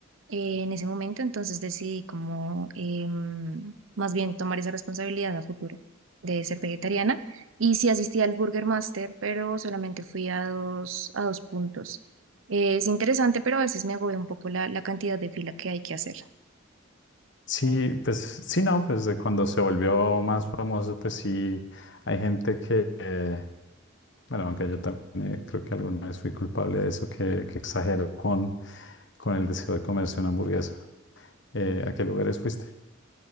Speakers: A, on the right; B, on the left.
A: Eh, en ese momento, entonces decidí como em, más bien tomar esa responsabilidad a futuro de ser vegetariana. Y sí asistí al Burger Master, pero solamente fui a dos, a dos puntos. Eh, es interesante, pero a veces me agobia un poco la, la cantidad de fila que hay que hacer.
B: Sí, pues sí, no, pues eh, cuando se volvió más famoso, pues sí, hay gente que, eh, bueno, aunque yo también eh, creo que alguna vez fui culpable de eso, que, que exagero con, con el deseo de comerse una hamburguesa. Eh, ¿a qué lugares fuiste?